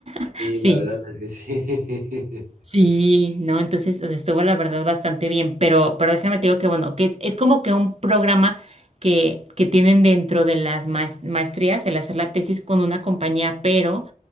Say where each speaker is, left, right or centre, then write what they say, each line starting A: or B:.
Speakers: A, on the right; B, on the right.
A: <laughs>
B: Y
A: Sí.
B: la verdad es que sí.
A: Sí,
B: <laughs>
A: no, entonces, o sea, estuvo la verdad bastante bien, pero, pero déjame te digo que bueno, que es, es como que un programa que, que tienen dentro de las maes- maestrías, el hacer la tesis con una compañía, pero